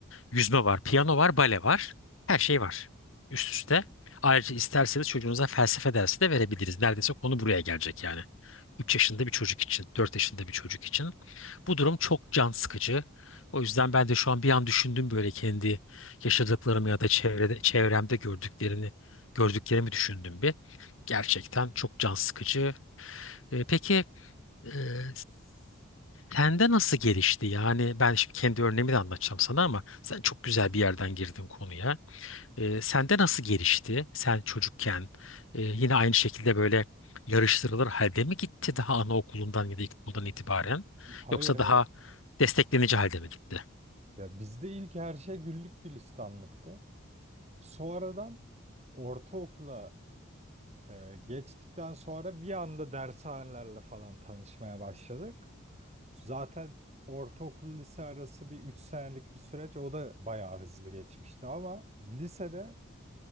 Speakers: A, on the left; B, on the right.
A: Yüzme var, piyano var, bale var. Her şey var üst üste. Ayrıca isterseniz çocuğunuza felsefe dersi de verebiliriz. Neredeyse konu buraya gelecek yani. 3 yaşında bir çocuk için, 4 yaşında bir çocuk için. Bu durum çok can sıkıcı. O yüzden ben de şu an bir an düşündüm böyle kendi yaşadıklarımı ya da çevrede, çevremde gördüklerini, gördüklerimi düşündüm bir. Gerçekten çok can sıkıcı. E, peki ee, sende nasıl gelişti? Yani ben şimdi kendi örneğimi de anlatacağım sana ama sen çok güzel bir yerden girdin konuya. Ee, sende nasıl gelişti? Sen çocukken e, yine aynı şekilde böyle yarıştırılır halde mi gitti daha anaokulundan ya da ilkokuldan itibaren?
B: Hayır
A: Yoksa
B: hayır.
A: daha desteklenici halde mi gitti?
B: Ya bizde ilk her şey güllük gülistanlıktı. Sonradan ortaokula Ee, geçtikten sonra bir anda dershanelerle falan tanışmaya başladık. Zaten ortaokul lise arası bir 3 senelik bir süreç. O da bayağı hızlı geçmişti ama lisede